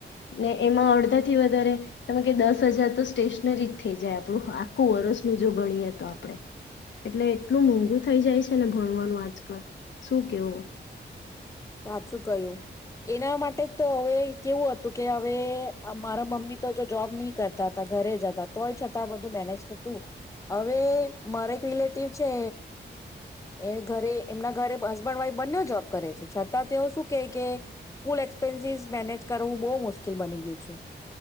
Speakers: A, on the left (about 85°); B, on the left (about 15°).
A: ને એમાં અડધા સૌથી વધારે ત કે દસ હજાર તો સ્ટેશનરી જ થઈ જાય આપણું આખું વરસનું જો ગણીએ તો આપડણે એટલે એટલું મોંઘું થઈ જાય છે ને ભણવાનું આજકાલ શું કેવું?
B: સાચું કહ્યું એના માટે જ તો હવે કેવું હતું કે હવે મારા મમ્મી તો જો જોબ નહી કરતા હતા ઘરે જતા તોય છતાં બધું મેનેજ થતું હવે મારા એક રિલેટિવ છે એ ઘરે એમના ઘરે હસબન્ડ વાઈફ બંને જોબ કરે છે છતાં તેઓ શું કેહે કે સ્કૂલ એક્સપેન્સિસ મેનેજ કરવું બહુ મુશ્કેલ બની ગયું છે. કારણ કે